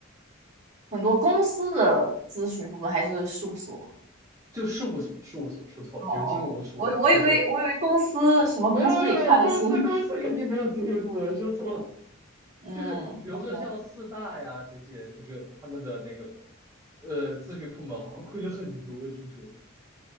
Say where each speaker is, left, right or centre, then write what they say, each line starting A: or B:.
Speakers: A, on the right (about 35°); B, on the right (about 15°).
A: 很多公司的咨询部门还是事务所。
B: 就事务所，事务所说错了，
A: 哦哦哦，
B: 就是金融事务所，
A: 我我以为我以为公司什么公司也开了新，
B: 就是没有没有没有，公司公司肯定没有咨询部门说错了，
A: <laughs> 嗯，OK。
B: 就是比如说像四大呀这些，就是他们的那个呃咨询部门好像亏了很多，听说